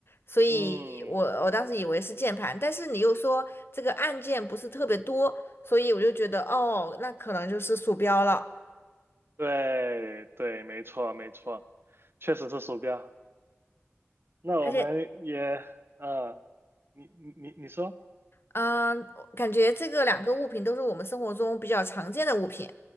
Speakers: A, on the left (about 55°); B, on the right (about 55°).
A: 所以我我当时以为是键盘，
B: 嗯，
A: 但是你又说这个按键不是特别多，所以我就觉得哦，那可能就是鼠标了，
B: 对对，没错没错，确实是鼠标。那我们也，
A: 而且
B: 呃，你你你你说，
A: 嗯，感觉这个两个物品都是我们生活中比较常见的物品。